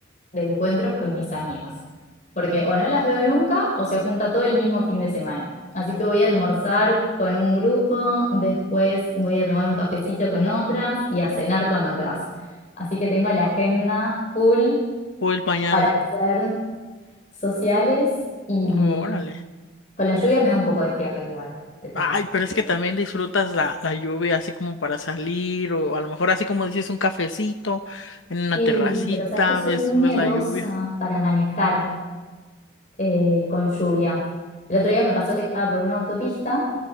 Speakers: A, on the left; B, on the left.
A: de encuentros con mis amigas, porque o no las veo nunca o se junta todo el mismo fin de semana. Así que voy a almorzar con un grupo, después voy a tomar un cafecito con otras y a cenar con otras. Así que tengo la agenda full
B: o el mañana.
A: para ser sociales y
B: Órale.
A: con la lluvia me da un poco de fiaca igual, te tengo
B: Ay,
A: que
B: pero es
A: decir.
B: que también disfrutas la, la lluvia así como para salir o a lo mejor así como dices un cafecito en una
A: Sí,
B: terracita,
A: pero sabes que soy
B: ves
A: muy
B: ves
A: miedosa
B: la lluvia.
A: para manejar eh, con lluvia. El otro día me pasó que estaba por una autopista